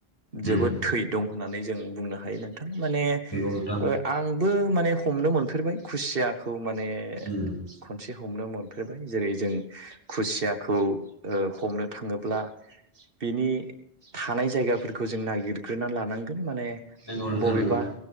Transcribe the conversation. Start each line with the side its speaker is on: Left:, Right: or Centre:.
Right: जोबोद
Left: उम
Right: थै दं होननानै जों बुंनो हायो नों थां माने
Left: नंगौ नोंथां
Right: ओ आंबो माने हमनो मोनफेरबाय खुसियाखौ खौ माने
Left: उम
Right: खनसे हमनो मोनफेरबाय जेरै जों खुसियाखौ ओ हमनो थाङोब्ला बिनि थानाय जायगाफोरखौ जों नागिरग्रोना लानांगोन माने
Left: नंगौ नोंथां
Right: बबेबा
Left: नंगौ